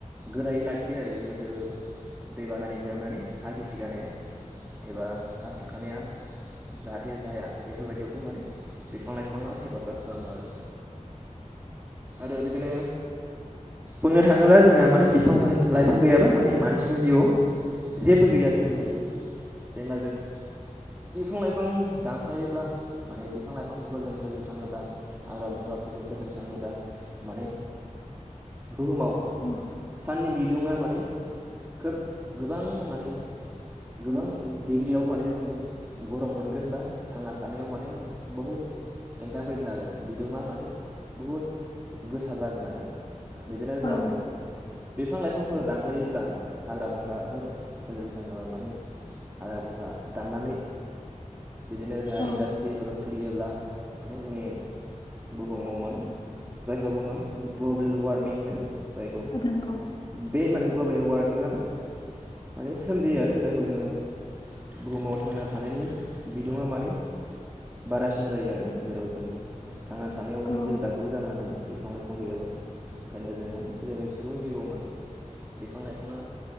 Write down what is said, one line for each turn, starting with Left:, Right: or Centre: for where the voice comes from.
Right: गोरायै लाखियो आरो जिहेतु दै बानानिफ्राय माने हा गिसि गानाया। एबा हा खुरखानाया। जाहाथे जाया बेफोरबायदियावबो माने बिफां-लाइफाङा हेफाजाब खालामो आरो। आरो बिदिनो बुंनो थाङोब्ला जोंहा। माने बिफां लाइफां गैयाबा माने मानसिनि जिउआव। जेबो गैयाखौनो बुंनांगोन। जेनबा जों बिफां लाइफां दानफायोब्ला माने बिफां लाइफांफोरखौ जों फोजोबस्राङोब्ला हाग्रा बंग्राफोरखौ। फोजोबस्राङोबा माने बुहुमाव।
Left: औ
Right: साननि बिदुङा माने खोब गोबां माने। गोबां डिग्रियाव माने जों गरम मोनगोन बा थांना थानायाव माने बहुद हेंथा फैगोन आरो बिदुङा माने बुहुद गोसा जागोन आरो। बिदिनो जोंहा
Left: औ
Right: माने बिफां लाइफांफोर दानफायोब्ला, हाग्रा बंग्राफोर फोजोबस्राङोबा माने हाग्रा बंग्रा दाननानै बिदिनो जोंहा
Left: औ
Right: इन्डास्ट्रिफोर। खुलियोब्ला माने जोंनि। बुहुमाव माने जायखौ बुङो ग्लबेल वारमिं होनो जायखौ।
Left: औ नोंगौ।
Right: बे माने ग्लबेल वारमिंआबो माने सोमजियो आरो जायखौ जोङो। बुहुमाव थांना थानायनि बिदुङा माने बारासिन जायो आरो। जेराव जों थांना थानायाव माने
Left: औ
Right: गोब्राबबो जानो हागौ बिफां लाइफां गैयाब्ला ओंखायनो जों माने जोंनि। सुबुं जिउआव माने बिफां लाइफाङा।